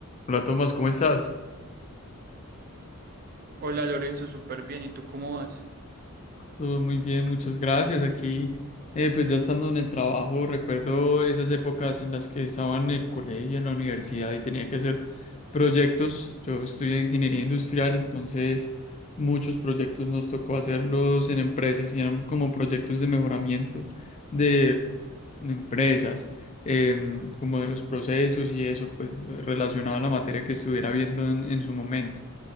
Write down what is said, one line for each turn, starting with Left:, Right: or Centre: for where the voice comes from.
Left: Hola Tomás, ¿cómo estás?
Right: Hola Lorenzo, súper bien. ¿Y tú cómo vas?
Left: Todo muy bien, muchas gracias. Aquí, eh, pues ya estando en el trabajo, recuerdo esas épocas en las que estaba en el colegio, en la universidad y tenía que hacer proyectos. Yo estudié ingeniería industrial, entonces muchos proyectos nos tocó hacerlos en empresas y eran como proyectos de mejoramiento de empresas, em, como de los procesos y eso, pues relacionado a la materia que estuviera viendo en en su momento.